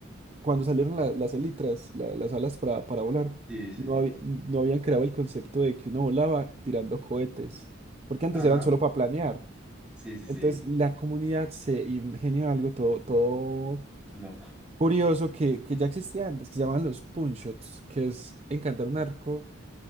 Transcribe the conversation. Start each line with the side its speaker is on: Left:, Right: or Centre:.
Right: cuando salieron la- las elitras, la- las alas para, para volar,
Centre: Sí, sí,
Right: no,
Centre: sí.
Right: había- no habían creado el concepto de que uno volaba tirando cohetes, porque antes
Centre: Ajá.
Right: eran solo para planear.
Centre: Sí, sí,
Right: Entonces
Centre: sí.
Right: la comunidad se ingenió algo todo, todo
Centre: Loco.
Right: curioso que, que ya existía antes, que se llamaban los punch shots, que es encantar un arco